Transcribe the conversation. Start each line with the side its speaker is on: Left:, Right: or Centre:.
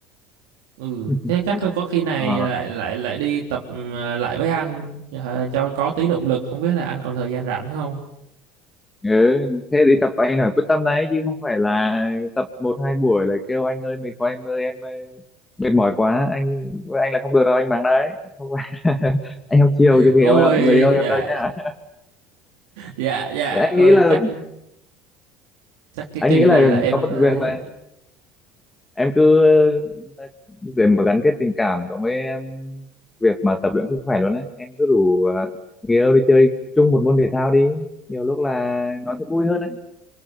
Right: ừ
Left: <laughs>
Right: thế chắc có khi này
Left: Ờ,
Right: lại lại lại đi tập ừ, lại với anh ờ, cho có tí động lực không biết là anh còn thời gian rảnh không
Left: ừ, thế đi tập anh phải quyết tâm đấy chứ không phải là tập một hai buổi lại kêu anh ơi mệt quá em ơi em ơi, mệt mỏi quá anh anh là không được đâu anh mắng đấy không phải <laughs> anh không chiều
Right: <laughs>
Left: cho người
Right: ôi
Left: yêu người yêu em
Right: dạ
Left: đâu nhá
Right: dạ dạ
Left: Thế anh
Right: ơi
Left: nghĩ là
Right: chắc chắc cái
Left: anh
Right: kỳ
Left: nghĩ là
Right: này là em
Left: có một
Right: phải-
Left: việc là em cứ ờ, để mà gắn kết tình cảm cộng với em, việc mà tập luyện sức khỏe luôn đấy em cứ rủ à, người yêu đi chơi chung một môn thể thao đi nhiều lúc là nó sẽ vui hơn đấy